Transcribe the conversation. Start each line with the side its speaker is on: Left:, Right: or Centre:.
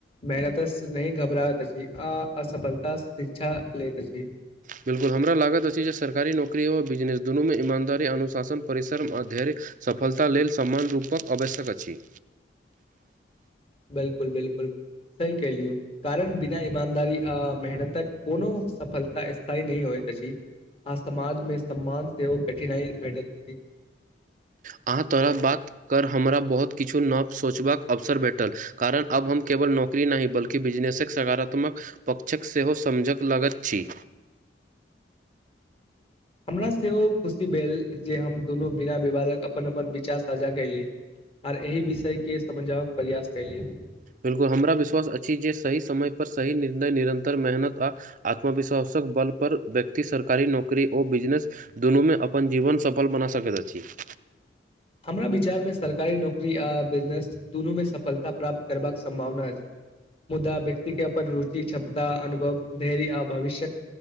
Left: मेहनत नहि घबराबैत अछि अ असफलता शिक्षा लैत छी
Right: बिल्कुल हमरा लागत अछि जे सरकारी नौकरी आओर बिजनेस दुनूमे ईमानदारी अनुशासन परिसरम अध्यन सफलता लेल समान्य रूपक आवश्यक अछि
Left: बिल्कुल बिल्कुल सी क लियौ कारण बिना ईमानदारी आ मेहनतक कोनो सफलता स्थायी नहि होय अछि आ समाजमे सम्मान सेहो कठिनाइ भेटैत अछि
Right: अहाँ तोरा बात कर हमरा बहुत किछु नव सोचबाक अवसर भेटल कारण अब हम केवल नौकरी नहि बल्कि बिजनेसक सकारात्मक पक्षक सेहो समझक लगत अछि
Left: हमरा सेहो खुशी भेल जे हम दुनू बिना विवादक अपन अपन विचार साझा कयली आर एहि विषय के समझाब प्रयास कलियौ
Right: बिल्कुल हमरा विश्वास अछि जे सही समय पर सही निर्णय निरन्तर मेहनत आ आत्मविश्वास बल पर व्यक्ति सरकारी नौकरी आओर बिजनेस दुनूमे अपन जीवन सफल बना सकैत अछि <unintelligible>
Left: हमरा विचार मे सरकारी नौकरी आ बिजनेस दुनू मे सफलता प्राप्त करबाक सम्भावना अछि मुदा व्यक्ति के अपन रुचि क्षमता अनुभव धैर्य आ भविष्यक